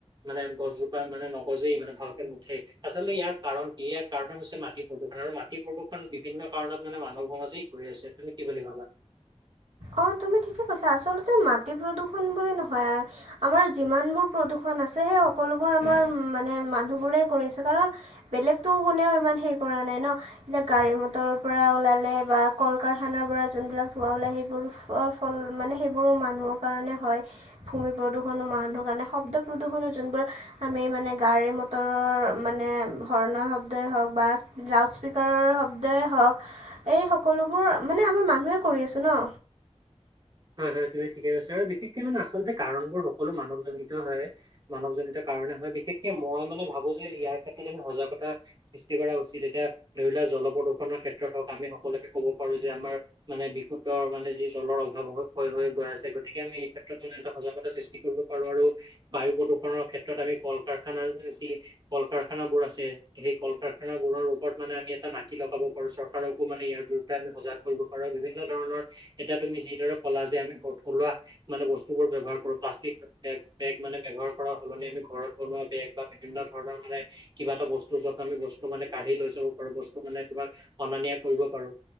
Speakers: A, on the right; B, on the right.
A: মানে গছজোপা মানে নগজেই মানে ভালকে মুঠেই আচলতে ইয়াৰ কাৰণ কি ইয়াৰ কাৰ ন হৈছে মাটি প্ৰদূষণ আৰু মাটি প্ৰদূষণ বিভিন্ন কাৰণত মানে মানৱ সমাজেই কৰি আছে তুমি কি বুলি ভাবা
B: অ তুমি ঠিকে কৈছা আচলতে মাটি প্ৰদূষন বোলি নহয় আমাৰ যিমানবোৰ প্ৰদূষণ আছে সেই সকলোবোৰ আমাৰ মানে মানুহবোৰেই কৰিছে কাৰণ বেলেগতটো কোনেও ইমান হেই কৰা নাই ন। এতিয়া গাড়ী মটৰৰ পৰা ওলালে বা কল কাৰখানাৰ পৰা যোনবিলাক ধোৱা ওলাই সিবিলাক। সেইবোৰ ফ ফল মানে, সেইবোৰো মানুহৰ কাৰণে হয়। ভূমি প্ৰদূৰণো মানুহৰ কাৰণে, শব্দ প্ৰদূষণো যোনবোৰ। আমি মানে গাড়ী মটৰৰ মানে হৰ্ণৰ শব্দই হওঁক বা। লাউড স্পীকাৰৰ শব্দই হওঁক, এই সকলোবোৰ, মানে আমাৰ মানুহেই কৰি আছো ন।
A: হয় হয় তুমি ঠিকে কৈছা আৰু বিশেষকে মানে আচলতে কাৰণবোৰ সকলো মানৱজনিত হয়। মানৱ জনিতাৰ কাৰণে হয় বিশেষকে মই মানে ভাবোঁ যে ইয়াৰ ক্ষেত্ৰত আমি সজাগতা। সৃষ্টি কৰা উচিত এতিয়া ধৰি লোৱা জল প্ৰদূষণৰ ক্ষেত্ৰত হওঁক আমি সকলোকে ক'ব পাৰো যে আমাৰ। মানে বিশুদ্ধৰ মানে যি জলৰ অভাৱ হয়। হয় হয় গৈ আছে গতিকে আমি এই ক্ষেত্ৰত মানে এটা সজাগতা সৃষ্টি কৰিব পাৰোঁ আৰু। বায়ু প্ৰদূৰণৰ ক্ষেত্ৰত আমি কল- কাৰখানাৰ। কল -কাৰখানা বোৰ আছে সেই কল -কাৰখানা বোৰৰ ওপৰত মানে আমি এটা নাটি লগাব পাৰো চৰকাৰ। আৰু কো মানে ইয়াৰ বিৰুদ্ধে আমি সজাগ কৰিব পাৰো বিভিন্ন ধৰণৰ এটা তুমি যিদৰে। কলা যে আমি থলুৱা মানে বস্তু বোৰ ব্যয়হাৰ কৰো প্লাষ্টিক। বেগ, বেগ মানে ব্যৱহাৰ কৰাৰ সলনি আমি ঘৰত বনোৱা বেগ বা বিভিন্ন ধৰণৰ মানে। কিবা এটা বস্ত যত আমি গছতো মানে কাঢ়ি লৈ যাব পাৰো বস্তু। তোমাক অনা নিয়া কৰিব পাৰো